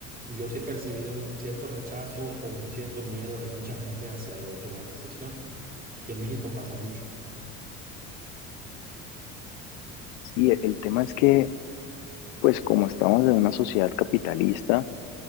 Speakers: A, on the right; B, on the left.
A: yo sí he percibido un cierto rechazo o un cierto miedo de mucha gente hacia la automatización, que en México pasa mucho.
B: Sí, e- el tema es que, pues como estamos en una sociedad capitalista,